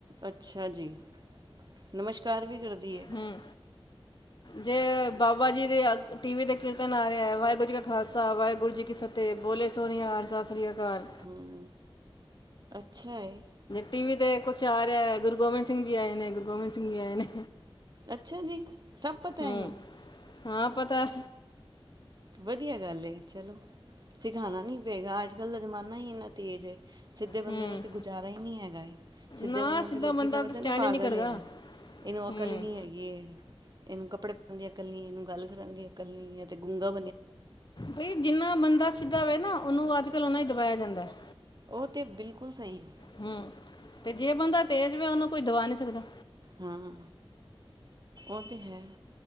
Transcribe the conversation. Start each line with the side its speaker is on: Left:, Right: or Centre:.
Right: ਅੱਛਾ ਜੀ ਨਮਸਕਾਰ ਵੀ ਕਰ ਦੀ ਏ
Left: ਹੂੰ ਜੇ ਬਾਬਾ ਜੀ ਦੇ ਟੀ ਵੀ ਤੇ ਕੀਰਤਨ ਆ ਵਾਹਿਗੁਰੂ ਜੀ ਕਾ ਖਾਲਸਾ ਵਾਹਿਗੁਰੂ ਜੀ ਕੀ ਫਤਿਹ ਬੋਲੇ ਸੋਨੀਆਰ ਸਤਿ ਸ੍ਰੀ ਅਕਾਲ
Right: ਹੂੰ ਅੱਛਾ ਹੈ
Left: ਟੀ ਵੀ ਤੇ ਕੁਛ ਆ ਰਿਹਾ ਹੈ ਗੁਰੂ ਗੋਬਿੰਦ ਸਿੰਘ ਜੀ ਆਏ ਨੇ ਗੁਰੂ ਗੋਬਿੰਦ ਸਿੰਘ ਜੀ ਆਏ ਨੇ
Right: ਅੱਛਾ ਜੀ ਸੱਬ ਪਤਾ
Left: ਹੂੰ
Right: ਐ ਇਹਨੂੰ
Left: ਹਾਂ ਪਤਾ
Right: ਵਧੀਆ ਗੱਲ ਏ ਚਲੋ ਸਿਖਾਉਣਾ ਨੀ ਪਏ ਸਿੱਧੇ ਬੰਦੇ
Left: ਹੂੰ
Right: ਦਾ ਤੇ ਗੁਜ਼ਾਰਾ ਹੀ ਨਹੀਂ ਹੈਗਾ ਏ ਸਿੱਧੇ
Left: ਨਾ
Right: ਬੰਦਿਆਂ
Left: ਸਿੱਧਾ
Right: ਨੂੰ ਤੇ ਲੋਕੀ
Left: ਬੰਦਾ
Right: ਸਮਝਦੇ
Left: ਤਾਂ ਸਟੈਂਡ
Right: ਨੇ ਪਾਗਲ
Left: ਹੀ ਨਹੀਂ ਕਰਦਾ
Right: ਹੈ ਇਹਨੂੰ ਅਕਲ
Left: ਹੂੰ
Right: ਹੀ ਨਹੀਂ ਹੈਗੀ ਏ ਇਹਨੂੰ ਕੱਪੜੇ ਪਾਉਣ ਦੀ ਅਕਲ ਨੀ ਇਹਨੂੰ ਗੱਲ ਕਰਨ ਦੀ ਅਕਲ ਨੀ ਇਹ ਤੇ ਗੂੰਗਾ
Left: ਬਈ ਜਿੰਨਾ ਬੰਦਾ ਸਿੱਧਾ ਵੇ ਨਾ ਉਹਨੂੰ ਅੱਜ ਕਲ ਉਹਨਾ ਹੀ ਦਬਾਇਆ ਜਾਂਦਾ ਹੈ
Right: ਉਹ ਤੇ ਬਿਲਕੁਲ ਸਹੀ
Left: ਹੂੰ ਤੇ ਜੇ ਬੰਦਾ ਤੇਜ਼ ਵੇ ਉਹਨੂੰ ਕੋਈ ਦਵਾ ਨਹੀਂ ਸਕਦਾ
Right: ਹਾਂ ਹਾਂ ਉਹ ਤੇ ਹੈ